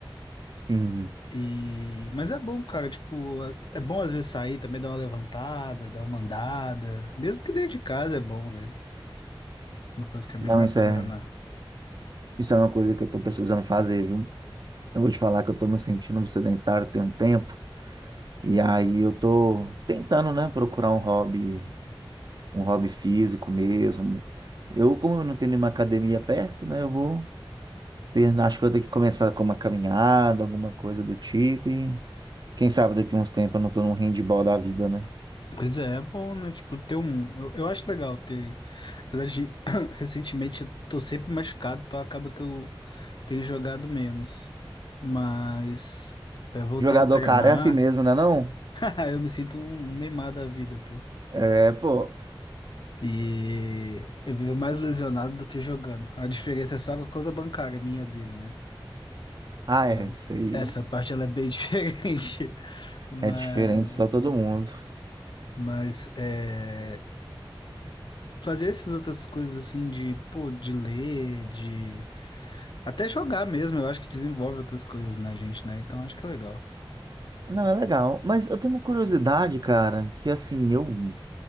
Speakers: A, on the right (about 50°); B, on the left (about 60°).
A: Sim.
B: E... Mas é bom, cara, tipo, é bom às vezes sair também, dar uma levantada, dar uma andada. Mesmo que dentro de casa é bom, velho. Uma coisa que é bem
A: Não,
B: bacana.
A: isso é, isso é uma coisa que eu tô precisando fazer, viu? Eu vou te falar que eu tô me sentindo um sedentário tem um tempo, e aí eu tô tentando, né, procurar um hobby, um hobby físico mesmo. Eu, como eu não tenho nenhuma academia perto, né, eu vou ter, acho que eu vou ter que começar com uma caminhada, alguma coisa do tipo, e quem sabe daqui uns tempos eu não tô num handball da vida, né?
B: Pois é, é bom, né? Tipo, ter um. Eu, eu acho legal ter. Apesar de <coughs> <clears throat> recentemente eu tô sempre machucado, então acaba que eu tenho jogado menos. Mas eu voltei
A: Jogador
B: a treinar.
A: cara é assim mesmo, né, não?
B: <laughs> Eu me sinto um Neymar da vida, pô.
A: É, pô.
B: E eu vivo mais lesionado do que jogando. A diferença é só a conta bancária minha e dele, né?
A: Ah,
B: É,
A: é, isso aí
B: essa parte ela é bem <laughs> diferente. Mas,
A: é diferente só todo mundo.
B: mas é, fazer essas outras coisas assim de, pô, de ler, de até jogar mesmo, eu acho que desenvolve outras coisas na gente, né? Então acho que é legal.
A: Não, é legal. Mas eu tenho uma curiosidade, cara, que assim, eu